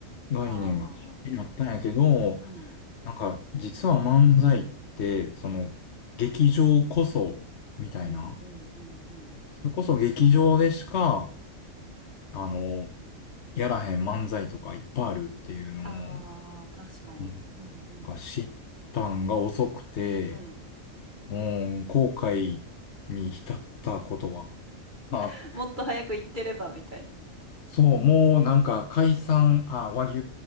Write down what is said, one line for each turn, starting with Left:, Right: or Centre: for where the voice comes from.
Left: 概念が気になったんやけど、
Right: ああ、うん。
Left: なんか実は漫才って、その劇場こそ、
Right: うん。
Left: みたいな。
Right: うんうんうんうん。
Left: それこそ劇場でしかあの、やらへん漫才とかいっぱいあるっていうのを、
Right: ああ、確かに。
Left: なん
Right: うんうん
Left: か知ったんが遅くて、
Right: うん。うん。
Left: もう後悔に浸ったことは、あ、
Right: <laughs> もっと早く行ってればみたいな。
Left: そう、もうなんか解散、あ、和牛